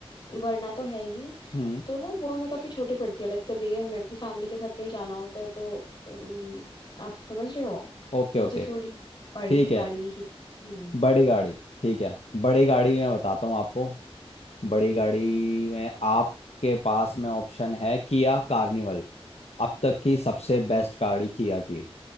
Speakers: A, on the left (about 45°); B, on the left (about 80°).
A: वरना तो है ही
B: हम्म
A: तो ना वो हमें काफी छोटी पड़ती है लाइक कभी हमें अपनी फैमिली के साथ कहीं जाना होता है तो अम, आप समझ रहे हो
B: Okay
A: मुझे
B: okay
A: थोड़ी सी बड़ी
B: ठीक है
A: गाड़ी ही हम्म,
B: बड़ी गाड़ी ठीक है बड़ी गाड़ी में बताता हूँ आपको बड़ी गाड़ी में आपके पास में ऑप्शन है किया कार्निवल अब तक की सबसे बेस्ट गाड़ी किया की